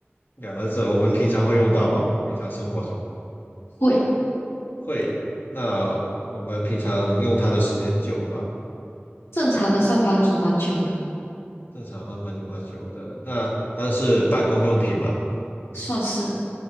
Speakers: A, on the left; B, on the left.
A: 两个字，我们平常会用到吗？平常生活中
B: 会，
A: 会呀、那我们平常用它的时间久吗？
B: 正常的上班族蛮久了，
A: 正常慢慢久蛮久的。那它是办公用品吗？
B: 算是